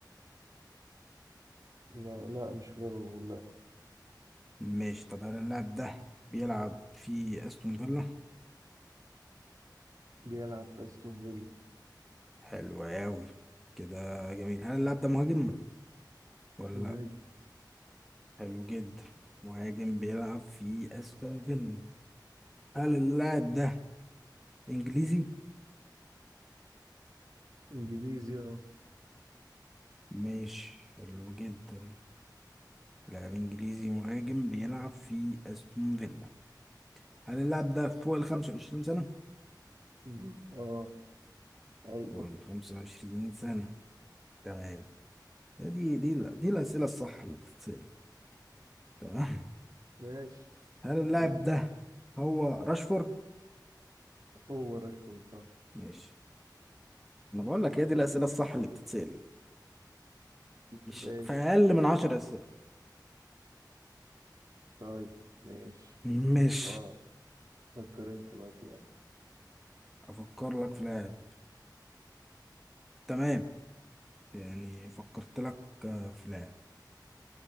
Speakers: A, on the right; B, in the centre.
A: لا لا مش فيرو لا
B: مش طب هل اللاعب ده بيلعب في أستون فيلا؟
A: بيلعب في استون فيلا
B: حلو أوي كده جميل هل اللاعب ده مهاجم ولا
A: مهاجم
B: لأ؟ حلو جدا مهاجم بيلعب في أستون فيلا هل اللاعب ده إنجليزي؟
A: انجليزي اه
B: مش حلو جدا لاعب إنجليزي مهاجم بيلعب في أستون فيلا هل اللاعب ده فوق ال 25 سنة؟
A: مم. اه ايوه
B: فوق ال 25 سنة تمام دي دي لا- دي الأسئلة الصح اللي بتتسأل تمام
A: ماشي
B: هل اللاعب
A: ماشي
B: ده هو راشفورد؟
A: هو راشفورد صح
B: ماشي أنا بقول لك هي دي الأسئلة الصح اللي بتتسأل مش
A: ماشي
B: في أقل من 10 أسئلة
A: طيب ماشي
B: مش
A: واو فكر انت بقى في اللاعب.
B: أفكر لك في لاعب تمام يعني فكرت لك آه، في لاعب